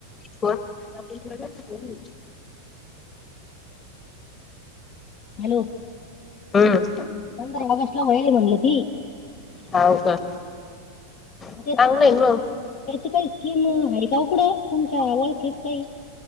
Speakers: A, on the left; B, on the left.
A: कोण आपण तिला द्यायचं काय नाई.
B: हॅलो.
A: हम्म.
B: पंधरा ऑगस्ट ला होइल म्हणलं ती.
A: हाव का चांगलं
B: जसे की.
A: आहे मग
B: त्याची काही स्कीम आहे का ओ कुठ तुमच्या वळखेत काही.